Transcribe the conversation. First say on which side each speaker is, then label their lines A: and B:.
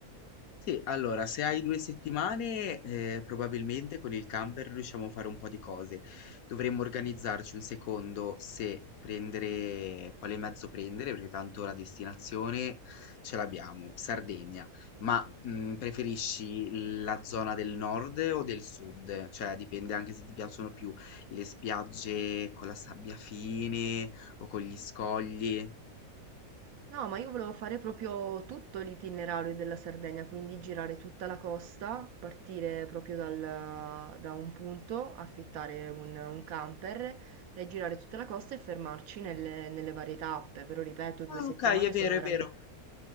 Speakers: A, on the left; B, on the right.
A: Sì, allora, se hai 2 settimane, ehm, probabilmente con il camper riusciamo a fare un po' di cose. Dovremmo organizzarci un secondo se prendere quale mezzo prendere, perché tanto la destinazione ce l'abbiamo, Sardegna. Ma, mhmm, preferisci la zona del nord o del sud? Cioè, dipende anche se ti piacciono più le spiagge con la sabbia fine o con gli scogli.
B: No, ma io volevo fare proprio tutto l'itinerario della Sardegna, quindi girare tutta la costa, partire proprio dal- da un punto, affittare un, un camper e girare tutta la costa e fermarci nelle, nelle varie tappe. Però ripeto,
A: Ah,
B: due settimane
A: okay, è vero,
B: sono veramente
A: è vero.